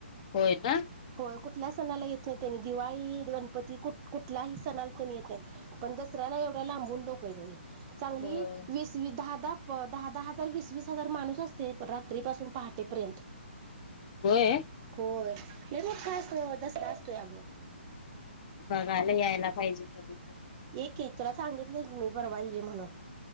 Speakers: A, on the left; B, on the right.
A: होय ना.
B: हो कुठल्या सणाला येत नाही त्यांनी दिवाळी गणपती कुठ कुठल्याही सणाला त्यांनी येत नाहीत. पण दसऱ्याला एवढ्या लांबून लोक येत्या ती. चांगली
A: होय
B: वीस वस दहा दहा दहा दहा हजार वीस वीस हजार माणूस ते रात्री पासून पहाटेपर्यंत.
A: होय
B: होय. लय मोठा असा दसरा असतोय अगं.
A: बघायला यायला पाहिजे कधी
B: एक हेखतरा सांगितलंय की मी बरोबा ये म्हणून